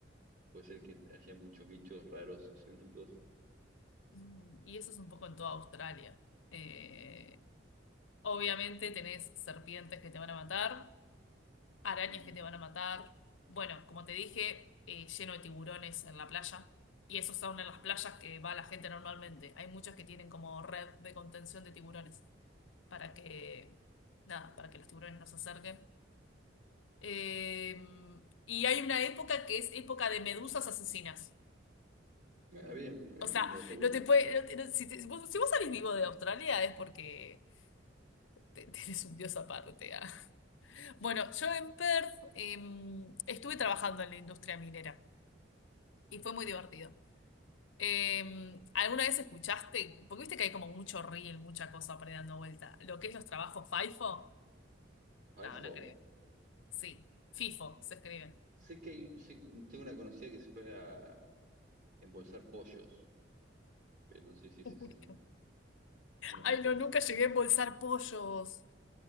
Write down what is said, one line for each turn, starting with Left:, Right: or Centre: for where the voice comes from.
Right: Puede ser que haya muchos bichos raros, excéntricos.
Left: Mm, Y eso es un poco en toda Australia. Eh, obviamente tenés serpientes que te van a matar, arañas
Right: Ah, bueno.
Left: que te van a matar. Bueno, como te dije, eh, lleno de tiburones en la playa. Y esos son en las playas que va la gente normalmente. Hay muchas que tienen como red de contención de tiburones para que, nada, para que los tiburones no se acerquen. Eh, y hay una época que es época de medusas asesinas.
Right: ah, bien, eh,
Left: O sea,
Right: linda época.
Left: no te puede, no te- no- si, te- vos- si vos salís vivo de Australia es porque Te- <laughs> Tenés un dios aparte. ah. Bueno, yo en Perth em, estuve trabajando en la industria minera y fue muy divertido. Em, ¿alguna vez escuchaste? Porque viste que hay como mucho reel, mucha cosa por ahí dando vuelta. ¿Lo que es los trabajos FIFO?
Right: iPhone
Left: No, no creo. Sí, FIFO se escribe.
Right: Sé que hay, sé- tengo una conocida que se fue a embolsar pollos, pero no sé si sí,
Left: <laughs>
Right: sí.
Left: Uy, no.
Right: No,
Left: Ay,
Right: casi.
Left: no, nunca llegué a embolsar pollos.